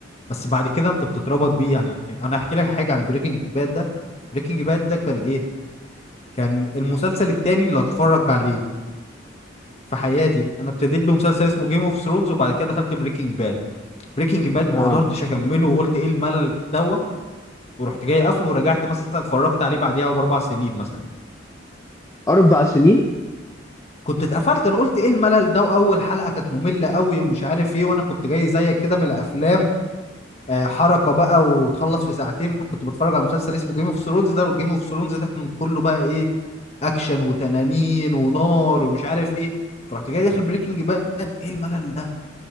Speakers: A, on the left (about 35°); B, on the left (about 15°).
A: بس بعد كده انت بتتربط بيه يعني انا هحكي لك حاجه عن بريكنج باد ده بريكنج باد ده كان ايه كان المسلسل التاني اللي اتفرج عليه في حياتي انا ابتديت بمسلسل اسمه جيم اوف ثرونز وبعد كده دخلت بريكنج باد بريكنج باد
B: اه
A: ما قدرتش اكمله وقلت ايه الملل دوت ورحت جاي قافله ورجعت مثلا اتفرجت عليه بعديها باربع سنين مثلا
B: اربع سنين
A: كنت اتقفلت انا قلت ايه الملل ده واول حلقه كانت ممله قوي ومش عارف ايه وانا كنت جاي زيك كده من الافلام آه، حركه بقى وتخلص في ساعتين كنت بتفرج على مسلسل اسمه جيم اوف ثرونز ده والجيم اوف ثرونز ده كان كله بقى ايه اكشن وتنانين ونار ومش عارف ايه فرحت جاي داخل بريكنج باد ايه الملل ده